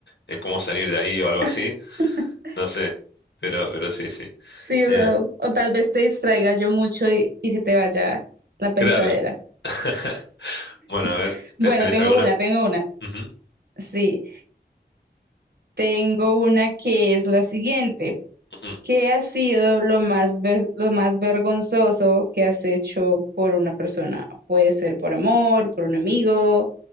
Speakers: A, on the left; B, on the right.
A: en cómo salir de ahí o algo
B: <laughs>
A: así. No sé, pero, pero sí, sí.
B: Sí, o,
A: Eh,
B: o tal vez te distraiga yo mucho y, y se te vaya la pensadera.
A: claro. <laughs> Bueno,
B: <laughs>
A: a ver, ¿te-
B: Bueno,
A: ¿tenés
B: tengo
A: alguna?
B: una, tengo una.
A: Ujú,
B: Sí, tengo una que es la siguiente.
A: ujú.
B: ¿Qué ha sido lo más, ve- lo más vergonzoso que has hecho por una persona? Puede ser por amor, por un amigo.